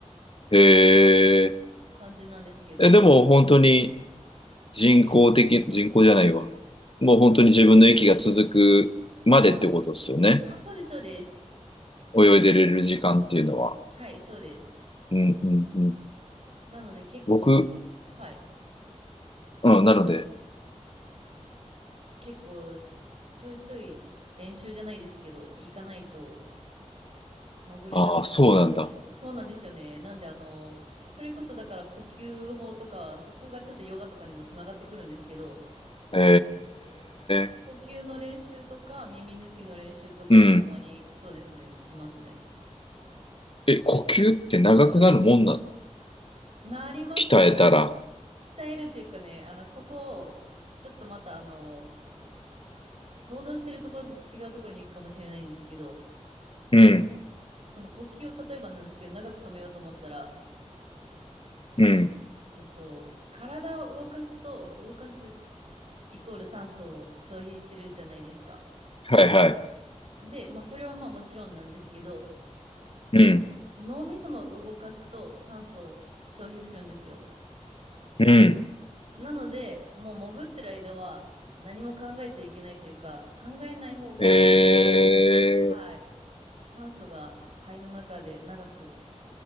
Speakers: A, on the left; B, on the right.
A: へえ。
B: 感じなんですけど、
A: え、でも本当に人工的、人工じゃないわ。もう本当に自分の息が続くまでってことですよね。
B: あ、そうです、そうです。
A: 泳いでれる時間っていうのは。
B: はい、そうです。
A: うん、うん、うん。
B: なので結構その、
A: 僕、
B: はい、
A: うん、なので、
B: 結構ちょいちょい練習じゃないですけど、行かないと潜れなくなっちゃうっていう。
A: ああ、そうなんだ。
B: そうなんですよね。なんであの、それこそだから呼吸法とか、そこがちょっとヨガとかにもつながってくるんですけど、
A: へえ、
B: 呼吸の練習とか耳抜きの練習とかをたまに、
A: うん。
B: そうですね、しますね。
A: え、呼吸って長くなるもんなの
B: なりますね。
A: 鍛えたら。
B: 鍛えるっていうかね、あの、ここをちょっとまたあの、想像してるところと違うところに行くかもしれないんですけど、
A: うん、
B: その呼吸を例えばなんですけど、長く止めようと思ったら、
A: うん。
B: えっと、体を動かすと、動かすイコール酸素を消費してるじゃないですか。
A: はいはい。
B: で、まあ、それはまあもちろんなんですけど、
A: うん、
B: 脳みそも動かすと酸素を消費するんですよ。
A: うん。
B: なので、もう潜ってる間は何も考えちゃいけないというか、考えない方が、
A: へえ、
B: はい、酸素が肺の中で長く